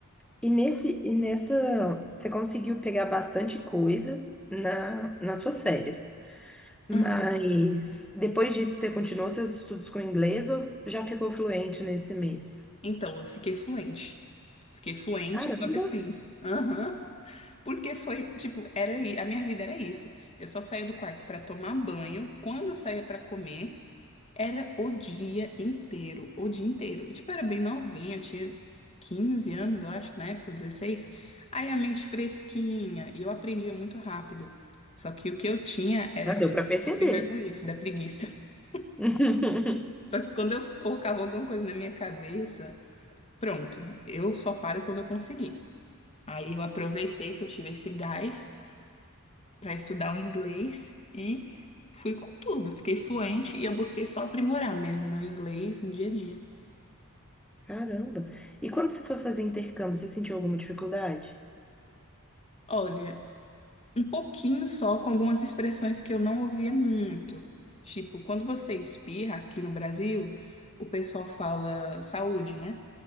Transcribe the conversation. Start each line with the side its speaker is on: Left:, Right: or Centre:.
Centre: E nesse, e nessa, você conseguiu pegar bastante coisa na, nas suas férias. Mas
Left: Hum.
Centre: depois disso, você continuou seus estudos com inglês ou já ficou fluente nesse mês?
Left: Então, eu fiquei fluente. Fiquei fluente,
Centre: Caramba,
Left: só que assim. Aham. Porque foi, tipo, era, i- a minha vida era isso. Eu só saía do quarto pra tomar banho. Quando eu saía pra comer, era o dia inteiro, o dia inteiro. E, tipo, eu era bem novinha, tinha 15 anos, eu acho, na época, 16. Aí a mente fresquinha, e eu aprendia muito rápido. Só que o que eu tinha era,
Centre: já deu
Left: tipo,
Centre: para perceber.
Left: sem vergonhice, da preguiça. <laughs>
Centre: <laughs>
Left: Só que quando eu colocava alguma coisa na minha cabeça, pronto, eu só paro quando eu conseguir. Aí eu aproveitei que eu tive esse gás para estudar o inglês e fui com tudo. Fiquei fluente e eu busquei só aprimorar mesmo meu inglês no dia a dia.
Centre: Caramba! E quando você foi fazer intercâmbio, você sentiu alguma dificuldade?
Left: Olha, um pouquinho só com algumas expressões que eu não ouvia muito. Tipo, quando você espirra aqui no Brasil, o pessoal fala saúde, né?